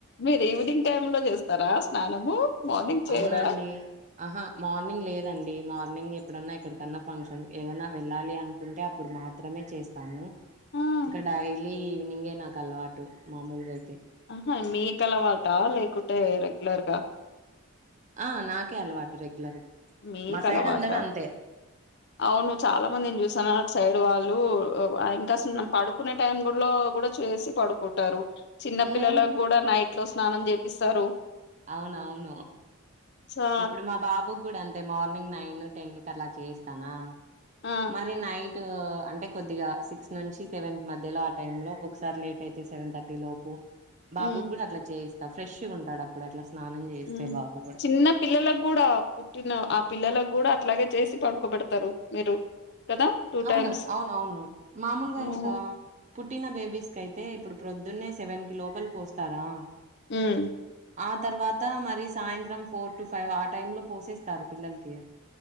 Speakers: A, on the left (about 50°); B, on the right (about 35°).
A: మీరు ఈవినింగ్ టైం లో చేస్తారా స్నానము మార్నింగ్ చేయరా
B: అవునండి ఆహా మార్నింగ్ లే మార్నింగ్ ఎప్పుడన్నా ఇక్కడికన్నా ఫంక్షన్ ఏదన్నా వెళ్ళాలి అనుకుంటే అప్పుడు మాత్రమే చేస్తాము
A: ఆ
B: ఇంకా డైలీ ఈవినింగే నాకు అలవాటు మామూలుగా
A: ఆహా మీకు అలవాట లేకుంటే రెగ్యులర్గా
B: ఆ నాకే అలవాటు రెగ్యులర్గా
A: మీకలవాటా
B: మా సైడ్ అందరూ అంతే
A: అవును చాలా మందినీ చూసాను అటు సైడ్ వాళ్ళు ఇంకా పడుకునే టైం లో కూడా చేసి పడుకుంటారు చిన్న పిల్లలకు
B: నేను
A: కూడా నైట్ లో స్నానం చేపిస్తారు
B: అవునవును
A: చా
B: ఇప్పుడు మా బాబు గుడా అంతే మార్నింగ్ నైన్ టెన్కి అట్లా చేయిస్తానా
A: ఆ
B: మరి నయి అంటే కొద్దిగా సిక్స్ నుంచి సెవెన్ కి మధ్యలో ఆ టైం లో ఒక్కొక్కసారి లేట్ అయితే సెవెన్ థర్టీ లోపు బాబు
A: హ్మ్
B: కూడా అట్లా చేయిస్తా ఫ్రెష్గా ఉంటాడు అప్పుడు అట్లా స్నానం చేస్తే
A: హ్మ్
B: బాబు కూడా
A: చిన్న పిల్లలకు కూడా పుట్టిన ఆ పిల్లలకు కూడా అట్లాగే చేసి పడుకోబెడతారు మీరు కదా టూ
B: అవును
A: టైమ్స్
B: అవునవును మామూలుగా
A: హ్మ్
B: ఇంకా పుట్టిన బేబీస్కి అయితే ఇప్పుడు ప్రొద్దున్నే సెవెన్ కి లోపలి పోస్తారా
A: ఉమ్
B: ఆ తర్వాత మరి సాయంత్రం ఫోర్ టు ఫైవ్ ఆ టైమ్ లో పోసేస్తారు పిల్లలకి